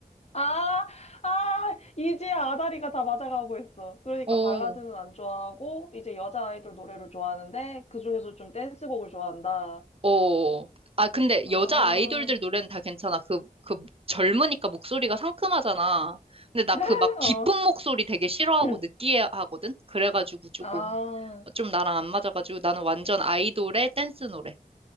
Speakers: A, on the left; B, on the right.
A: 아, 아, 이제야 아다리가 다 맞아가고 있어. 그러니까
B: 어, 어.
A: 발라드는 안 좋아하고, 이제 여자 아이돌 노래를 좋아하는데, 그중에서 좀 댄스곡을 좋아한다.
B: 어. 아, 근데
A: 아,
B: 여자 아이돌들 노래는 다 괜찮아. 그, 그 젊으니까 목소리가 상큼하잖아. 근데 나
A: <laughs>
B: 그 막
A: 어.
B: 깊은 목소리 되게 싫어하고
A: <clears throat>
B: 느끼해 하거든? 그래가지고 조금,
A: 아,
B: 좀 나랑 안 맞아가지고 나는 완전 아이돌의 댄스 노래.